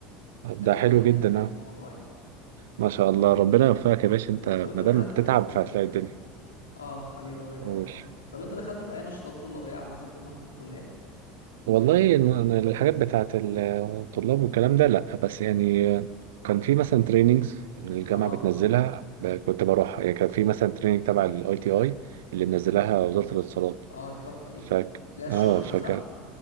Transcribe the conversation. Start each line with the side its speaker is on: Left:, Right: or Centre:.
Left: وادينا
Right: ده حلو
Left: ايه ماشيين
Right: جدا
Left: في الموضوع
Right: اه
Left: يعني
Right: ما شاء الله ربنا يوفقك يا باشا انت
Left: طب انت
Right: ما
Left: دخلت
Right: دام بتتعب
Left: في
Right: فهتلاقي الدنيا
Left: اه حبيبي الله يكرمك
Right: قول
Left: والله طب انت دخلت في اي نشاطات طلابيه عامه طول ما انت في الكليه
Right: والله الم- أنا الحاجات بتاعت الطلاب والكلام ده لا بس يعني كان في مثلا تريننجز الجامعه
Left: اه
Right: بتنزلها ب- كنت بروحها يعني كان في مثلا تريننج تبع الاي تي اي اللي منزلها وزاره الاتصالات
Left: اه دي تحفه دي
Right: فك
Left: لا الشهر
Right: اه فك
Left: دي صح